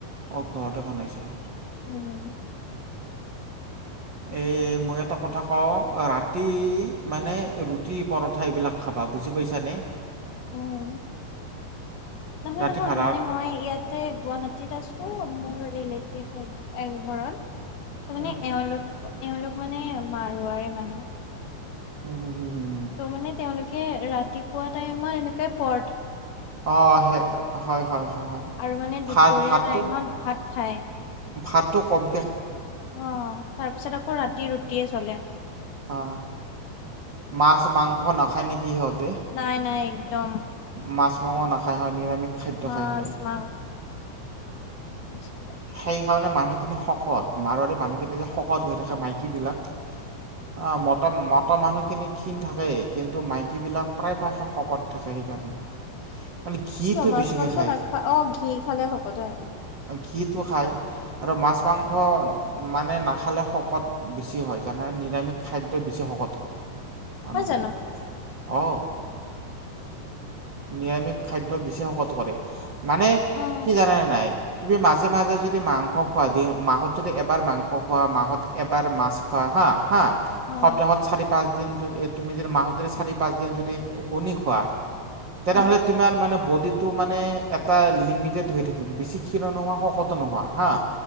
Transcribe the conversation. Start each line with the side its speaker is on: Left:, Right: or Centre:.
Right: অ ঘৰতে বনাইছা।
Left: উম,
Right: এ মই এটা কথা কওঁ ৰাতি মানে ৰুটি, পৰঠা, এইবিলাক খাব অ, বুজি পাইছা নে?
Left: উম, নহয়,
Right: ৰাতি
Left: নহয়,
Right: ভাত
Left: মানে
Right: আ
Left: মই ইয়াতে গুৱাহাটীত আছো মোৰ ৰিলেটিভ ঘৰত, ত' মানে
Right: উম
Left: এওঁলোক এওলোক মানে মাৰৰেী মানুহ।
Right: উ, ম হু - হু হু
Left: ত' মানে তেওঁলোকে ৰাতিপুৱা টাইমত এনেকুৱাই প
Right: আহ স হয়, হয়, হয়, হয়,
Left: আৰু মানে দুপৰীয়া
Right: ভাতটো
Left: টাইমত ভাত খায়
Right: ভাতটো কম
Left: অ, তাৰপিছত আকৌ ৰাতি ৰুটিয়ে চলে।
Right: অ, মাছ মাংস নাখায় নেকি হত
Left: নাই - নাই একদম
Right: মাছ মাংস নাখায় হয় নিৰামিষ। খাদ্য
Left: মাছ,
Right: খায় সদায়
Left: মাংস <unintelligible>
Right: সেই কাৰণে মানুহখিনি শকত, মাৰৱাৰি মানুহখিনি যে শকত হৈ থাকে মাইকীবিলাক। অ মতা, মতা মানুহ খিখিনি থাকে কিন্তু মাইকী বিলাক প্ৰায় ভাগে শকত থাকে সেইকাৰণে মানে ঘিটো
Left: কিয় মাছ
Right: বেছিকে
Left: মাংস
Right: খায়।
Left: নাখা অ, ঘি খালে শকত হয়।
Right: ঘিটো খায় আৰু মাছ মাংস মানে নাখালে শকত বেছি হয় জানা নে, নিৰামিষ খাদ্যই বেছি শকত কৰে। মানহক,
Left: নহয় জানো
Right: আহ। নিৰামিষ খাদ্য বেছি সকট কৰে মানে
Left: অ
Right: কি জানে নাই তুমি মাজে-মাজে যদি মাংস খোৱা, দিন মাহত যদি এবাৰ মাংস খোৱা, মাহত এবাৰ মাছ খোৱা হা, হা
Left: অ
Right: সপ্তাহত চাৰি-পাঁচ দিন তুমি যদি মাহ যদি চাৰি-পাঁচ দিন যদি কণী খোৱা তেনেহ'লে
Left: অ',
Right: তোমাৰ মানে বডিটো মানে এটা লিমিটেড হৈ থাকিব বেছি ক্ষীণ নোহোৱা শকত নোহোৱা হা।